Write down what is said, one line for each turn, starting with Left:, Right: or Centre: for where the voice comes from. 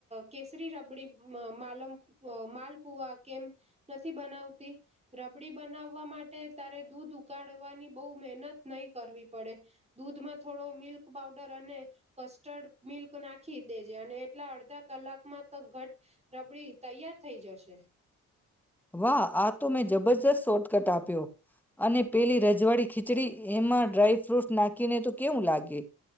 Right: કેસરી રબડી અ માલમ અ માલપુવા કેમ નથી બનાવતી? રબડી બનાવવા માટે તારે દૂધ ઉકાળવાની બહુ મહેનત નહી કરવી પડે દૂધમાં થોડો મિલ્ક પાઉડર અને કસ્ટર્ડ મિલ્ક નાખી દેજે અને એટલા અડધા કલાકમાં તો ઘટ રબડી તૈયાર થઈ જશે.
Centre: વાહ આ તો મેં જબ જ શોટ કટ આપ્યો. અને પેલી રજવાડી ખીચડી એમાં ડ્રાયફ્રૂટ નાખીને તો કેવું લાગે.